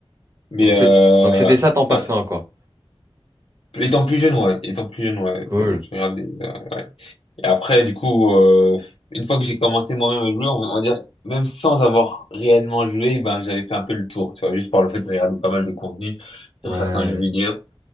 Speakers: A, on the left (about 75°); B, on the right (about 30°).
A: Mais,
B: Donc
A: euh,
B: c'est, donc c'était ça ton passe-temps,
A: ouais.
B: quoi.
A: Étant plus jeune, ouais. Étant plus jeune, ouais.
B: Cool.
A: Je, je regardais, euh, ouais. Et après, du coup, euh, une fois que j'ai commencé moi-même à jouer, on, on va dire, même sans avoir réellement joué, ben, j'avais fait un peu le tour, tu vois, juste par le fait de regarder pas mal de contenu
B: Ouais,
A: sur certains jeux vidéo.